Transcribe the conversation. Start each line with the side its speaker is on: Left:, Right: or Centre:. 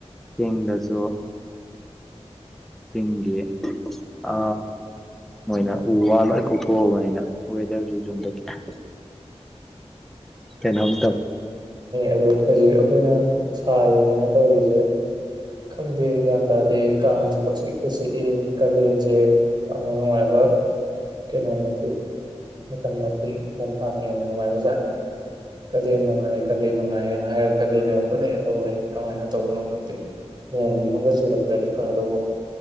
Centre: ꯆꯤꯡꯗꯁꯨ ꯆꯤꯡꯒꯤ ꯑ ꯃꯣꯏꯅ ꯎ ꯋꯥ ꯂꯣꯏꯅ ꯀꯣꯛꯊꯣꯛꯑꯕꯅꯤꯅ ꯋꯦꯗꯔꯁꯤ <unintelligible> ꯈꯤꯇꯪ ꯀꯩꯅꯣꯝ ꯇꯧꯋꯤ
Right: ꯑꯗꯣ ꯍꯧꯖꯤꯛ ꯑꯈꯣꯏꯅ ꯁꯥꯔꯤꯅꯦꯅ ꯇꯧꯔꯤꯁꯦ ꯈꯪꯗꯦ ꯒ꯭ꯌꯥꯟ ꯇꯥꯗꯦ ꯀꯥꯡꯁꯨ ꯄꯛꯆꯤꯛꯇ ꯆꯤꯛꯏ ꯀꯥꯂꯦꯟꯁꯦ ꯌꯥꯝꯅ ꯅꯨꯡꯉꯥꯏꯕ ꯀꯩꯅꯣ ꯅꯠꯇꯦ ꯃꯇꯝ ꯅꯠꯇꯦ ꯅꯤꯡꯊꯝꯊꯥꯅ ꯍꯦꯟꯅ ꯅꯨꯡꯉꯥꯏꯕꯖꯥꯠꯅꯤ ꯀꯥꯂꯦꯟ ꯅꯨꯡꯉꯥꯏ ꯀꯂꯦꯟ ꯅꯨꯡꯉꯥꯏꯌꯦꯅ ꯍꯥꯏꯔꯒ ꯀꯂꯦꯟ ꯌꯧꯔꯛꯄꯗ <unintelligible> ꯀꯃꯥꯏꯅ ꯇꯧꯕꯅꯣ ꯅꯣꯡꯁꯤꯒꯨꯝꯒ ꯆꯨꯔꯝꯗ꯭ꯔꯗꯤ ꯐꯒꯗꯧꯕ